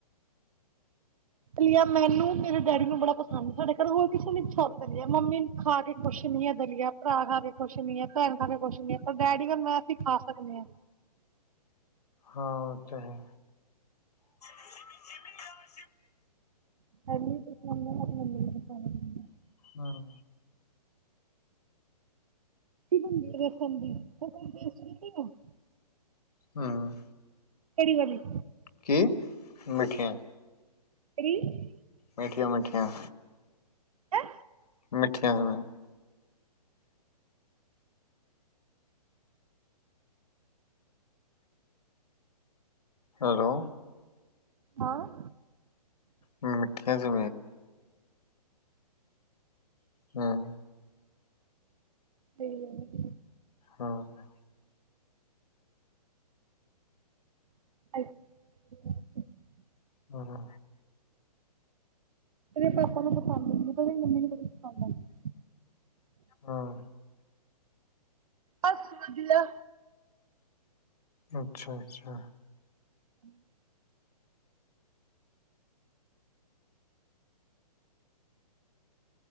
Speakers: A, on the right; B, on the left.
A: ਦਲੀਆ ਮੈਨੂੰ ਮੇਰੇ ਡੈਡੀ ਨੂੰ ਬੜਾ ਪਸੰਦ ਹੈ ਸਾਡੇ ਘਰ ਹੋਰ ਕਿਸੇ ਨੂੰ ਨੀ ਪਸੰਦ ਦਲੀਆ ਮੰਮੀ ਖਾ ਕੇ ਖੁਸ਼ ਨੀ ਐ ਦਲੀਆ। ਭਰਾ ਖਾ ਕੇ ਖੁਸ਼ ਨੀਂ ਐ, ਭੈਣ ਖਾ ਕੇ ਖੁਸ਼ ਨੀ ਐ, ਪਰ ਡੈਡੀ ਵੱਲ ਮੈਂ ਅਸੀਂ ਖਾ ਸਕਦੇ ਹਾਂ।
B: ਹਾਂ ਉਹ ਤਾਂ ਹੈ। <unintelligible>
A: <unintelligible> ਮੈਨੂੰ
B: ਹਾਂ।
A: <unintelligible>
B: ਹਮ।
A: ਕਿਹੜੀ ਵਾਲੀ।
B: ਕੀ ਮਿੱਠੀਆਂ
A: <unintelligible>
B: ਮਿੱਠੀਆਂ -ਮਿੱਠੀਆਂ
A: ਹੈ
B: <unintelligible> ਹੈਲੋ।
A: ਹਾਂ।
B: ਮਿੱਠੀਆਂ ਚ <unintelligible> ਹਮ।
A: ਹਮ।
B: ਹਮ।
A: <inaudible>
B: ਹਮ।
A: ਤੇਰੇ ਪਾਪਾ ਨੂੰ ਪਸੰਦ ਨੀ ਆਦੀ ਮੰਮੀ ਨੂੰ ਕੁੜੀ ਪਸੰਦ ਆਂਦੀ।
B: ਹਾਂ।
A: ਬਸ ਵਧੀਆ।
B: ਅੱਛਾ- ਅੱਛਾ।
A: <inaudible>